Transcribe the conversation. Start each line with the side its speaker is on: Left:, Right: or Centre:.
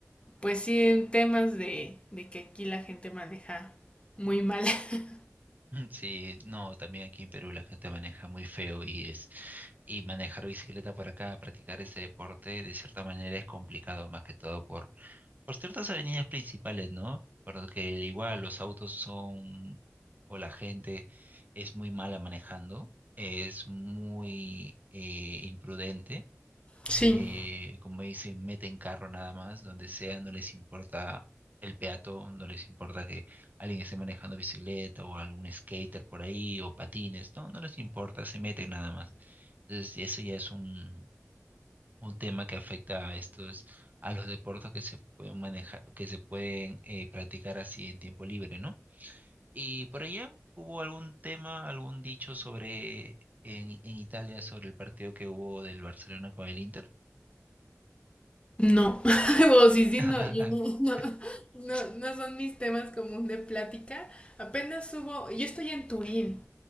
Left: pues sí en temas de, de que aquí la gente maneja muy mal. <laughs>
Right: Sí, no, también aquí en Perú la gente maneja muy feo y es, y manejar bicicleta por acá, practicar ese deporte, de cierta manera es complicado, más que todo por por ciertas avenidas principales, ¿no? Porque igual los autos son, o la gente es muy mala manejando, es muy eh, imprudente,
Left: Sí,
Right: eh, como dicen, meten carro nada más, donde sea, no les importa el peatón, no les importa que alguien esté manejando bicicleta o algún skater por ahí o patines, no, no les importa, se meten nada más. Entonces eso ya es un, un tema que afecta a estos, a los deportes que se pueden manejar, que se pueden eh, practicar así en tiempo libre, ¿no? Y por allá hubo algún tema, algún dicho sobre en, en Italia sobre el partido que hubo del Barcelona con el Inter.
Left: No, <laughs> o sí, sí,
Right: <laughs>
Left: no, yo no, <laughs> no, no, no son mis temas común de plática. Apenas hubo, yo estoy en Turín